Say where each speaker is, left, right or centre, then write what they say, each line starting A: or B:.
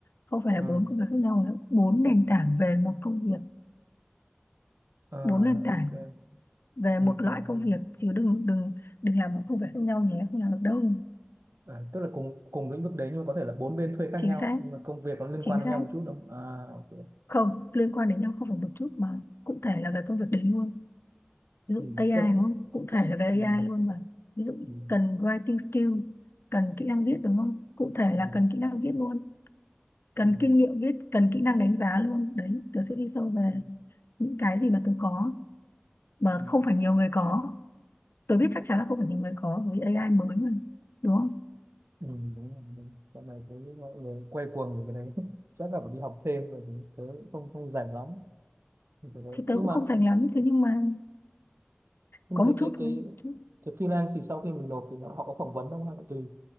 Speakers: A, on the left; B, on the right.
A: không phải
B: Ờ.
A: là bốn công việc khác nhau nữa bốn nền tảng về một công việc
B: À,
A: bốn nền tảng
B: ok.
A: về
B: Ừ,
A: một loại
B: ừ,
A: công
B: ừ.
A: việc chứ đừng đừng đừng làm một công việc khác nhau nhé không làm được đâu
B: À, tức là cùng cùng lĩnh vực đấy nhưng mà có thể là bốn bên thuê khác
A: chính
B: nhau
A: xác
B: nhưng mà công việc nó liên
A: chính
B: quan đến
A: xác
B: nhau một chút đúng không? À, ok.
A: không liên quan đến nhau không phải một chút mà cụ thể là về công việc đấy luôn ví dụ
B: Ừ,
A: AI
B: tức là,
A: đúng không cụ thể là về
B: ừ,
A: AI luôn mà ví dụ
B: ừ,
A: cần writing skill cần kỹ năng viết đúng không cụ thể
B: ừ,
A: là cần kỹ năng viết luôn cần
B: ừ,
A: kinh nghiệm viết cần kỹ năng đánh giá luôn đấy tớ sẽ đi sâu về
B: ừ, ừ,
A: những cái gì mà tớ có mà
B: ừ,
A: không phải nhiều người có tớ biết chắc chắn là không phải nhiều người có vì AI mới mà đúng không
B: ừ, đúng rồi, đúng. Dạo này thấy mọi người quay cuồng về cái đấy. <laughs> Chắc là phải đi học thêm rồi thì tớ cũng không không rảnh lắm thì cái đấy.
A: thì
B: Nhưng
A: tớ cũng
B: mà
A: không dành lắm thế nhưng mà
B: nhưng
A: có
B: mà
A: một
B: cái
A: chút
B: cái cái
A: thôi chứ
B: cái freelance thì sau khi mình nộp thì nó, họ có phỏng vấn không hay là tùy